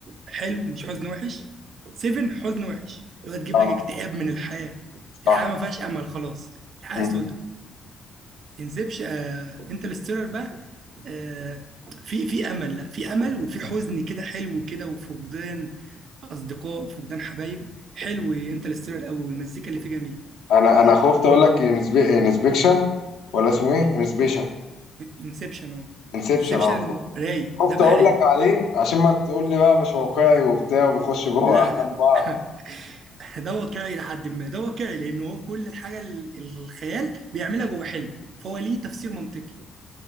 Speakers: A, on the right; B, on the left.
A: حلو مش حزن وحش سيفن حزن وحش اللي هو تجيب
B: اه
A: لك اكتئاب من الحياه الحياه
B: صح
A: ما فيهاش امل خلاص الحياه
B: مم.
A: سودة انسبش آه انترستيلر بقى آه في في امل لا في امل وفي حزن كده حلو كده وفقدان اصدقاء فقدان حبايب حلو انترستيلر قوي والمزيكا اللي فيه جميله
B: انا انا خفت اقول لك انسبكشن ولا اسمه ايه انسبيشن
A: انسبشن اهو
B: انسبشن
A: انسبشن
B: اه خ-
A: رايق
B: خفت
A: ده بقى
B: اقول
A: رايق
B: لك عليه عشان ما تقول لي بقى مش واقعي وبتاع وبيخش جوه
A: لا
B: احلام
A: لا
B: بعض
A: <laughs> ده واقعي لحد ما ده واقعي لان هو كل الحاجه ال- الخيال بيعملها جوه حلم فهو ليه تفسير منطقي